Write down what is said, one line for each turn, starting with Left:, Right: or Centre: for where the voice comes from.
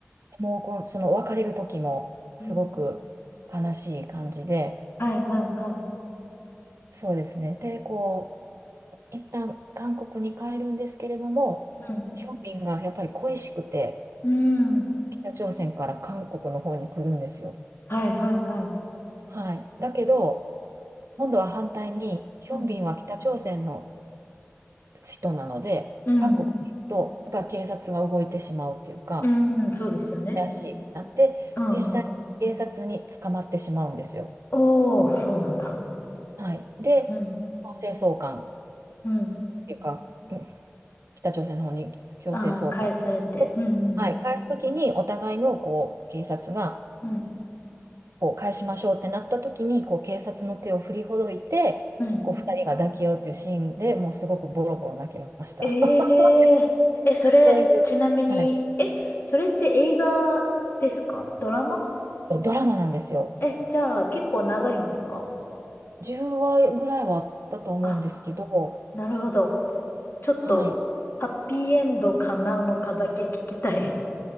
Right: もうこの、その別れる時もすごく悲しい感じで、
Left: うんはいはいはい。
Right: そうですね。で、こう、一旦韓国に帰るんですけれども、
Left: うん。
Right: ヒョンビンがやっぱり恋しくて、
Left: うん。
Right: 北朝鮮から韓国の方に来るんですよ。
Left: はいはいはい。
Right: はい。だけど、今度は反対に、ヒョンビンは北朝鮮の
Left: うん。
Right: 首都なので、
Left: うん。
Right: 韓国に行くと、やっぱり警察が動いてしまうっていうか、
Left: うん。そうですよね。
Right: 怪しいってなって、
Left: うんうん。
Right: 実際、警察に捕まってしまうんですよ。
Left: おー、そうなんだ。
Right: はい。で、
Left: うん。
Right: 強制送還っ
Left: うん。
Right: ていうか、うん北朝鮮の方に強制送還。
Left: ああ、返されて。うんうん。
Right: はい。返すときに、お互いのこう警察が、
Left: うん。
Right: こう返しましょうってなった時にこう警察の手を振りほどいてこう2人が抱き合うっていうシーンでもうすごくボロボロ泣きました
Left: うん。えええ、
Right: <laughs> そう
Left: それ、
Right: そういう、
Left: ちなみに、
Right: はい、
Left: え、それって映画ですかドラマ
Right: ドラマなんですよ
Left: え、じゃあ結構長いんですか
Right: 10話ぐらいはあったと思うんですけど
Left: あ、なるほど。ちょっと、
Right: はい
Left: ハッピーエンドかなのかだけ聞きたい。